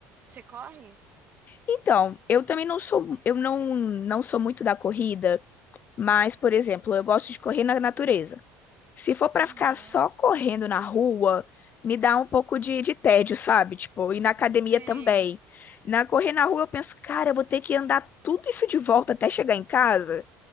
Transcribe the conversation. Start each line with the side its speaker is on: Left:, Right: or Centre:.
Right: Você corre?
Left: Então, eu também não sou, eu não, não sou muito da corrida, mas, por exemplo, eu gosto de correr na natureza. Se for pra
Right: Uhum.
Left: ficar só correndo na rua, me dá um pouco de, de tédio, sabe? Tipo, e na academia
Right: Sim,
Left: também. Na correr na rua, eu penso, cara, eu vou ter que andar tudo isso de volta até chegar em casa.